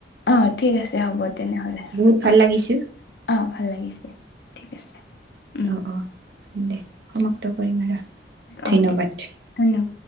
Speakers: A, on the left; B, on the right.
A: অহ ঠিক আছে হ'ব তেনেহলে
B: বহুত ভাল
A: অ
B: লাগিছে
A: অহ ভাল লাগিছে। ঠিক আছে। উম
B: অঁ অঁহ দে সমাপ্ত কৰিম আৰু
A: অ
B: ধন্যবাদ
A: ঠিক ধন্যবাদ।